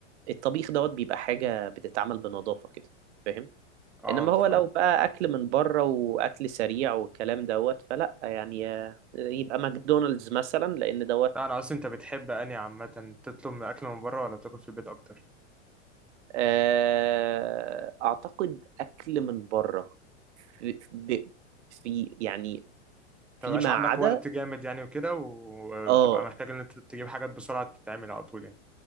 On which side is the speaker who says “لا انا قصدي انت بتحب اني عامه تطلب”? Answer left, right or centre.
Centre